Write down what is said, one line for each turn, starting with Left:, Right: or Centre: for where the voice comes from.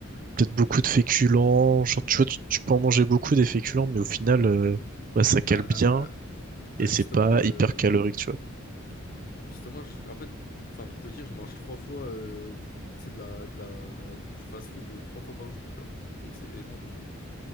Right: peut-être beaucoup de féculents. Genre, tu vois, tu, tu peux en manger beaucoup des féculents, mais au final, euh, bah, ça
Left: Bah,
Right: cale bien
Left: bah
Right: et c'est
Left: justement,
Right: pas
Left: euh,
Right: hyper calorique, tu vois.
Left: justement, je- en fait, enfin pour te dire, je mange trois fois, euh, tu sais, de la, de la, du fast-food euh, trois fois par jour, tu vois. Donc c'est énorme, tu vois.